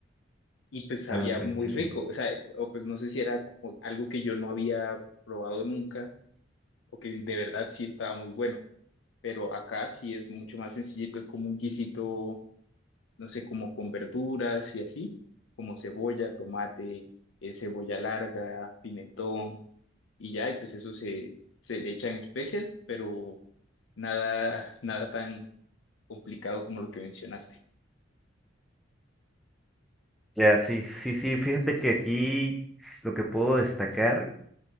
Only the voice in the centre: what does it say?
Ah, sí,
sí,
sí.
Ya, sí, sí, sí. Fíjate que aquí lo que puedo destacar